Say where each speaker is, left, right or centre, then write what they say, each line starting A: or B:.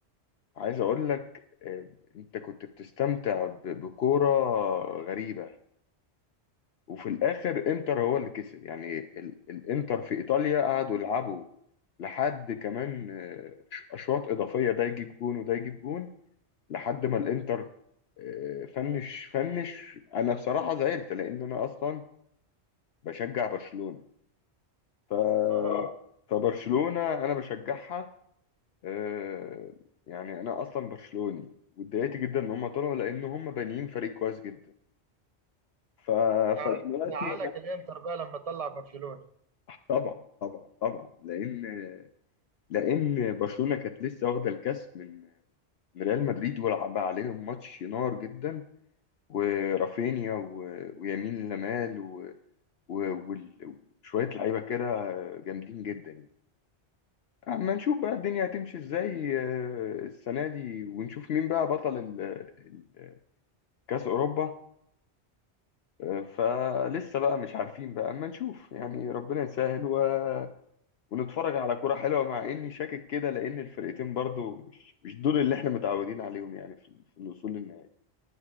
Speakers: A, on the left; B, on the right.
A: عايز اقول لك آه، انت كنت بتستمتع ب- بكورة غريبة وفي الاخر انتر هو اللي كسب يعني ال- الانتر في ايطاليا قعدوا يلعبوا لحد كمان آه، اشواط اضافية ده يجيب جون وده يجيب جون لحد ما الانتر آه، فنش فنش انا بصراحه زعلت لان انا اصلا بشجع برشلونه ف اه
B: اه
A: فبرشلونه انا بشجعها آه، يعني انا اصلا برشلوني واتضايقت جدا ان هم طلعوا لان هم بانيين فريق كويس جدا ف...
B: زع-
A: فدلوقتي
B: زعلك الإنتر بقى لما طلع برشلونة
A: طبعا طبعا طبعا لان لان برشلونه كانت لسه واخده الكاس من من ريال مدريد ولعب عليهم ماتش نار جدا ورافينيا و... ويمين لمال و... و... وال- وشوية لعيبة كده جامدين جدا يعني أما نشوف بقى الدنيا هتمشي ازاي آه، السنة دي ونشوف مين بقى بطل ال... ال- كأس أوروبا آه، فلسه بقى مش عارفين بقى أما نشوف يعني ربنا يسهل و... ونتفرج على كرة حلوة مع إني شاكك كده لأن الفرقتين برضو مش مش دول اللي إحنا متعودين عليهم يعني في, في الوصول للنهائي